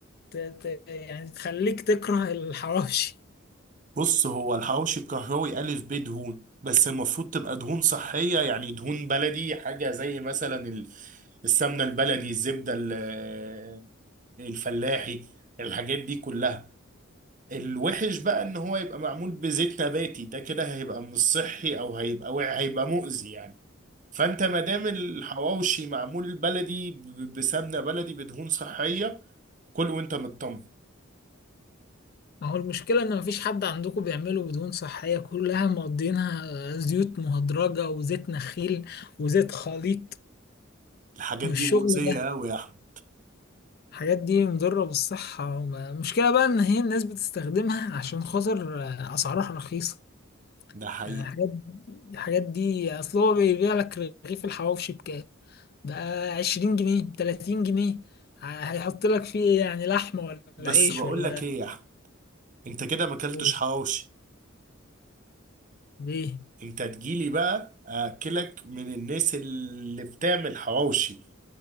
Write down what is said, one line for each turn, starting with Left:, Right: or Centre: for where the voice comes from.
Left: ت... ت... يعني تخليك تكره الحواوشي
Right: بص هو الحواوشي الكهراوي ألف ب دهون بس المفروض تبقى دهون صحية يعني دهون بلدي حاجة زي مثلا ال- السمنة البلدي الزبدة ال- الفلاحي الحاجات دي كلها الوحش بقى ان هو يبقى معمول بزيت نباتي ده كده هيبقى مش صحي او هيبقى وع- هيبقى مؤذي يعني فانت ما دام الحواوشي معمول بلدي ب- بسمنة بلدي بدهون صحية كل وانت مطمن
Left: ما هو المشكلة إن مفيش حد عندكم بيعملوا بدهون صحية كلها مقضينها زيوت مهدرجة وزيت نخيل وزيت خليط
Right: الحاجات
Left: والشغل
Right: دي مؤذية
Left: ده
Right: قوي يا احمد
Left: الحاجات دي مضرة بالصحة وما- المشكلة بقى إن هي الناس بتستخدمها عشان خاطر آه، أسعارها رخيصة
Right: ده حقيقي
Left: يعني الحاجات دي الحاجات دي أصل هو بيبيع لك رغيف الحواوشي بكام بقى عشرين جنيه بتلاتين جنيه ع- هيحط لك فيه إيه يعني لحمة ولا
Right: بس
Left: عيش
Right: بقول
Left: ولا
Right: لك ايه يا احمد انت كده ما اكلتش
Left: لحوم؟
Right: حواوشي
Left: ليه؟
Right: انت تجيلي بقى اكلك من الناس اللي بتعمل حواوشي